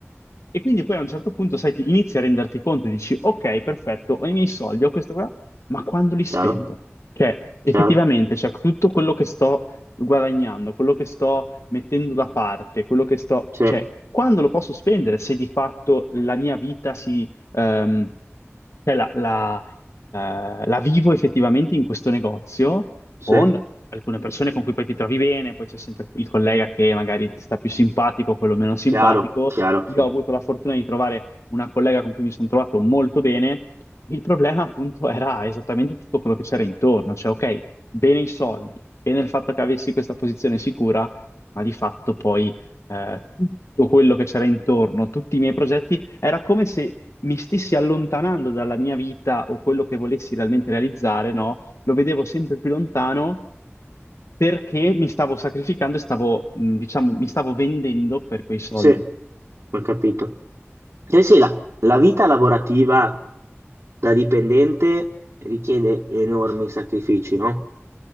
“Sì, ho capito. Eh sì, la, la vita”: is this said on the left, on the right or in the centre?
Right